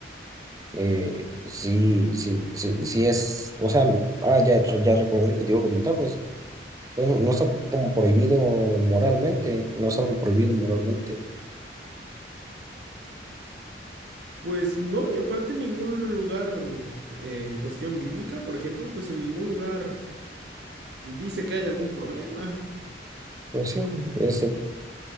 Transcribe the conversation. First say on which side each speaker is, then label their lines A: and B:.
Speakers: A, on the right (about 20°); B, on the right (about 65°).
A: eh, sí, sí, sí, sí es, o sea, ah, ya, ya recuerdo lo que te iba a comentar, pues, pues, no está como prohibido moralmente, no es algo prohibido moralmente.
B: Pues no, y aparte en ningún lugar, eh, en cuestión bíblica, por ejemplo, pues en ningún lugar dice que hay algún problema.
A: Pues sí, este,